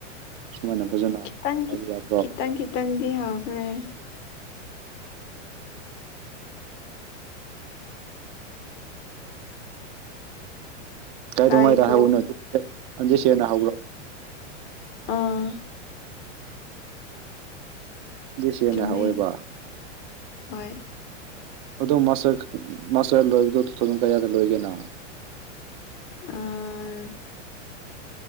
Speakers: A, on the right; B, on the left.
A: ꯁꯨꯃꯥꯏꯅ ꯐꯖꯅ
B: ꯈꯪꯗꯦ
A: ꯍꯥꯏꯕ
B: ꯈꯤꯇꯪ
A: ꯌꯥꯗ꯭ꯔꯣ
B: ꯈꯤꯇꯪ ꯈꯤꯇꯪꯗꯤ ꯍꯧꯈ꯭ꯔꯦ
A: ꯀꯥꯏꯗꯧꯉꯥꯏꯗ
B: ꯇꯥꯏꯀꯣ
A: ꯍꯧꯕꯅꯣ ꯍꯟꯗꯤ ꯁꯔꯅ ꯍꯧꯕ꯭ꯔꯣ
B: ꯑꯥ
A: ꯗꯤꯁ ꯌꯔꯅ
B: ꯆꯩꯝꯃꯦ
A: ꯍꯧꯋꯦꯕ
B: ꯍꯣꯢ
A: ꯑꯗꯣ ꯃꯥꯁꯇꯔ ꯃꯥꯁꯇꯔ ꯂꯣꯏꯕꯗꯣ ꯇꯨ ꯊꯥꯎꯖꯟ ꯀꯌꯥꯗ ꯂꯣꯏꯒꯦꯅ
B: ꯑ